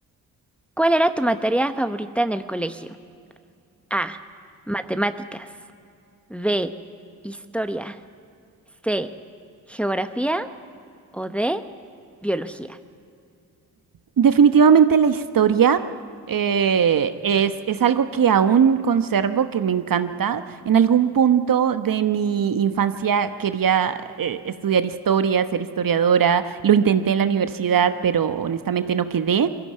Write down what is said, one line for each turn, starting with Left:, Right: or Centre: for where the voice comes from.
Centre: ¿Cuál era tu materia favorita en el colegio? A. Matemáticas. B. Historia. C. Geografía. O D. Biología.
Right: Definitivamente la historia eh, es, es algo que aún conservo, que me encanta. En algún punto de mi infancia quería eh, estudiar historia, ser historiadora. Lo intenté en la universidad, pero honestamente no quedé.